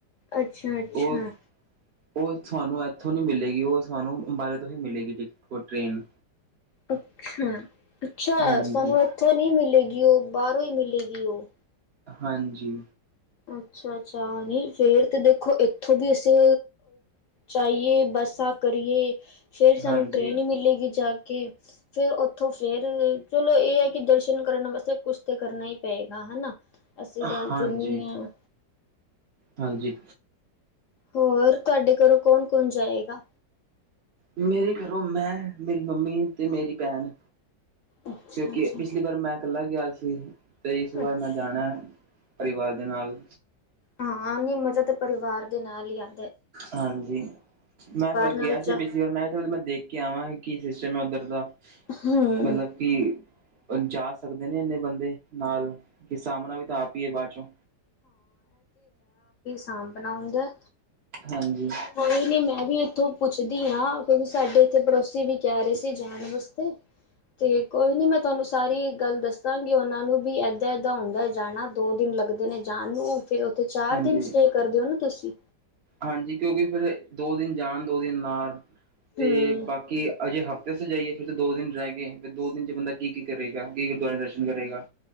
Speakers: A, on the left; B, on the right.
A: ਅੱਛਾ ਅੱਛਾ
B: ਉਹ, ਉਹ ਤੁਹਾਨੂੰ ਇਦ ਉੱਥੋਂ ਨੀ ਮਿਲੇਗੀ। ਉਹ ਸਾਨੂੰ ਅੰਬਾਰੇ ਤੋਂ ਹੀ ਮਿਲੇਗੀ ਟਿਕਟ ਓਹ ਟ੍ਰੇਨ।
A: ਅੱਛਾ ਅੱਛਾ,
B: ਹਾਂਜੀ।
A: ਸਾਨੂੰ ਇੱਥੋਂ ਨਹੀਂ ਮਿਲੇਗੀ, ਉਹ ਬਾਹਰੋਂ ਹੀ ਮਿਲੇਗੀ। ਦੀ ਉਹ
B: ਹਾਂਜੀ
A: ਅੱਛਾ-ਅੱਛਾ, ਨਿ ਫੇਰ ਤੇ ਦੇਖੋ ਇੱਥੋਂ ਦੀ ਅਸੀਂ ਜਾਹੀਏ ਬਸ ਕਰੀਏ ਫਿਰ ਸਾਨੂੰ
B: ਹਾਂਜੀ,
A: ਟ੍ਰਰੇਨ ਹੀ ਮਿਲੇਗੀ ਜ <unintelligible> ਫੇਰ ਉੱਥੋਂ ਫੇਰ ਚਲੋ ਇਹ ਹੈ ਕਿ ਦਰਸ਼ਨ ਕਰਨ ਵਾਸਤੇ ਕੁਛ ਤ ਕਰਨਾ ਹੀ ਪਏਗਾ ਹਨਾ ਐਸੀ
B: ਹਾਂਜੀ
A: ਗੱਲ ਤੇ ਨਹੀਂ ਹੈ
B: ਹਾਂਜੀ
A: ਹੋਰ ਤੁਹਾਡੇ ਘਰੋਂ ਕੌਣ ਕੌਣ ਜਾਏਗਾ
B: ਮੇਰੇ ਘਰੋਂ ਮੈਂ ਮੇਰੀ ਮੰਮੀ ਅਤੇ ਮੇਰੀ ਭੈਣ
A: ਅੱਛਾ-ਅੱਛਾ।
B: ਕਿਉਂਕਿ ਪਿਛਲੀ ਵਾਰ ਮੈਂ ਇਕੱਲਾ ਗਿਆ ਸੀ ਤੇ ਇਸ ਵਾਰ
A: ਅੱਛਾ ਅੱਛਾ
B: ਮੈਂ ਜਾਣਾ ਹੈ ਪਰਿਵਾਰ ਦੇ ਨਾਲ
A: ਹਾਂ ਨੀ ਮਜਾ ਤੇ ਪਰਿਵਾਰ ਦੇ ਨਾਲ ਹੀ ਆ
B: ਹਾਂਜੀ ਮੈਂ
A: ਨਾਲ
B: ਗਿਆ
A: ਜਾ
B: ਸੀ ਪਿਛਲੀ ਵਾਰ ਮੈ ਕਿਹਾ ਚਲੋ ਮੈਂ ਦੇਖ ਕੇ ਆਵਾਂ ਕੀ ਸਿਸਟਮ ਮੈਂ ਉੱਧਰ ਦਾ
A: ਹੂੰ
B: ਮਤਲਬ ਕਿ ਜਾ ਸਕਦੇ ਨੇ ਇੰਨੇ ਬੰਦੇ ਨਾਲ ਕਿ ਸਾਬਣਾ ਵੀ ਤਾਂ ਆਪ ਏ ਬਾਅਦ ਚੋਂ
A: ਸਾਂਬਣਾ ਹੁੰਦਾ
B: ਹਾਂਜੀ
A: ਕੋਈ ਨੀ ਮੈਂ ਵੀ ਉੱਥੋਂ ਪੁੱਛਦੀ ਹਾਂ ਕਿਉਂਕਿ ਸਾਡੇ ਇੱਥੇ ਪੜੋਸੀ ਵੀ ਕਹਿ ਰਹੇ ਸੀ ਜਾਣ ਵਾਸਤੇ ਤੇ ਕੋਈ ਨੀ ਮੈਂ ਤੁਹਾਨੂੰ ਸਾਰੀ ਗੱਲ ਦੱਸਾਂਗੀ ਉਹਨਾਂ ਨੂੰ ਵੀ ਏਦਾਂ ਏਦਾਂ ਹੁੰਦਾ ਜਾਣਾ ਦੋ ਦਿਨ ਲੱਗਦਾ ਨੇ ਜਾਣ ਨੂੰ ਫਿਰ ਉੱਥੇ ਚਾਰ
B: ਹਾਂਜੀ
A: ਦਿਨ ਸਟੇਅ ਕਰਦੇ ਹੋ ਨਾ ਤੁਸੀਂ
B: ਹਾਂਜੀ ਕਿਉਂਕਿ ਫਿਰ ਦੋ ਦਿਨ ਜਾਣ ਦੋ ਦਿਨ ਅਉਣ ਤੇ
A: ਹਮ
B: ਬਾਕੀ ਅਜੇ ਹਫ਼ਤੇ ਤੇ ਉਥੇ ਜਾਈਏ ਫਿਰ ਦੋ ਦਿਨ ਰਹਿ ਗਏ ਫਿਰ ਦੋ ਦਿਨ ਚ ਬੰਦਾ ਕੀ ਕੀ ਕਰੇਗਾ ਕੀ ਗੁਰਦੁਆਰੇ ਦਰਸ਼ਨ ਕਰੇਗਾ